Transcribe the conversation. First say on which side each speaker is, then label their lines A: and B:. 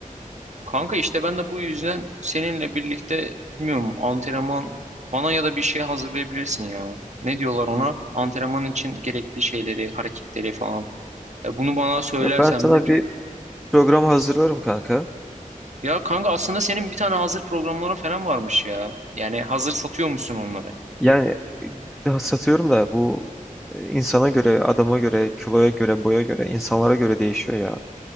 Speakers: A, on the right; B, in the centre.
A: Kanka işte ben de bu yüzden seninle birlikte bilmiyorum antrenman bana ya da bir şey hazırlayabilirsin ya. Ne diyorlar ona? Antrenman için gerekli şeyleri, hareketleri falan. Ya bunu bana söylersen
B: Ya ben sana
A: bile çok...
B: bir program hazırlarım kanka.
A: Ya kanka aslında senin bir tane hazır programların falan varmış ya. Yani hazır satıyormuşsun onları.
B: Yani e, satıyorum da bu e, insana göre, adama göre, kiloya göre, boya göre, insanlara göre değişiyor ya.